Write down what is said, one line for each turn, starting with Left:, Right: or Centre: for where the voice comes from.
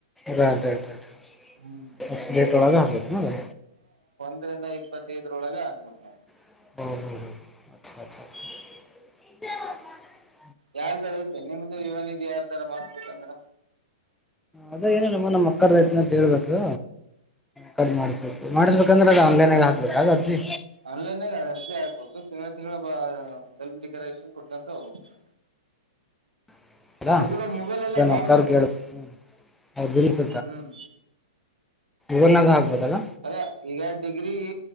Centre: ರಾ ರೇ ರೇ <unintelligible>
Right: ಹ್ಮ್
Centre: ಫಸ್ಟ್ ಡೇಟ್ ಒಳಗ ಹಾಕ್ಬೇಕೆನ್ ಅದು.
Right: <unintelligible> ರಿಂದ ಇಪ್ಪತ್ತೈದರೊಳಗ ಹಾಕ್ಬೇಕ ನವು.
Centre: ಹ್ಮ್ ಹ್ಮ್ ಹ್ಮ್ <unintelligible> ಅಾ ಅ
Right: ಯಾರ್ದಾರ ಐತ ನಿಮ್ದು ಇವನಿಗೆ <unintelligible> ಯಾರ್ದಾರ ಮಾಡ್ಸ್ಬೇಕಂದ್ರ.
Centre: ಅದೇ ಏನೀಲಮ್ಮ ನಮ್ಮ ಅಕ್ಕರ್ದೈತನ ಅಂತ ಹೇಳ್ಬೇಕು. ಕಟ್ ಮಾಡಸ್ಬೇಕು ಮಾಡಸಬೇಕಂದ್ರ ಅದ ಆನ್ಲೈನಾಗ ಹಾಕ್ಬೇಕ ಅರ್ಜಿ.
Right: ಆನ್ಲೈನದಾಗ ಅರ್ಜಿ ಹಾಕ್ಬೇಕು ತಿಂಗಳಿಗ್ ತಿಂಗಳಿಗ್ ಸೆಲ್ಫ್ ಡಿಕ್ಲರೇಷನ್ ಕೊಟ್ಕಂತ ಹೋಗ್ಬೇಕು.
Centre: ಹ <inaudible> ಹಲೋ
Right: ಅದು ಕೂಡ ಮೊಬೈಲ್ ಅಲ್ಲೇ
Centre: ನಮ್ಮ
Right: ಮಾಡ್ಬೋದು
Centre: ಅಕ್ಕರ <unintelligible>
Right: ಹ್ಮ್
Centre: ಗರ್ನಾಗ <unintelligible> ಆಗ್ಬೊದಲ್ಲ.
Right: ಅದ ಈಗ ಡಿಗ್ರಿ